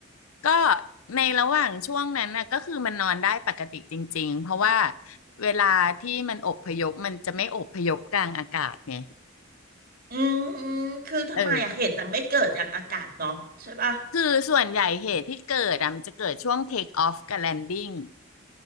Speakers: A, on the left; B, on the right.
A: ก็ในระหว่างช่วงนั้นนะก็คือมันนอนได้ปกติจริงๆเพราะว่าเวลาที่มันอพยพมันจะไม่อพยพกลางอากาศไง
B: อืมอืมคือทำไมอะเหตุจะไม่เกิดอย่างอากาศเนาะใช่ปะ
A: เออ คือส่วนใหญ่เหตุที่เกิดอ่ะมันจะเกิดช่วง take off กับ landing